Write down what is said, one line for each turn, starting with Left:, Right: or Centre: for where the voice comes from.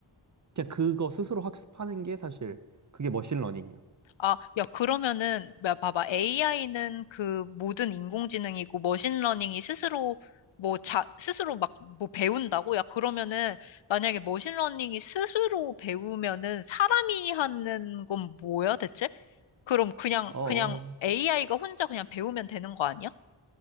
Right: 그냥 그거 스스로 학습하는 게 사실 그게 머신러닝이야.
Left: 아, 야, 그러면은, 야, 봐봐. AI는 그 모든 인공지능이고 머신러닝이 스스로 뭐 자, 스스로 막 뭐 배운다고? 야, 그러면은 만약에 머신러닝이 스스로 배우면은 사람이 하는 건 뭐야, 대체? 그럼 그냥,
Right: 어,
Left: 그냥 AI가 혼자 그냥 배우면 되는 거 아니야?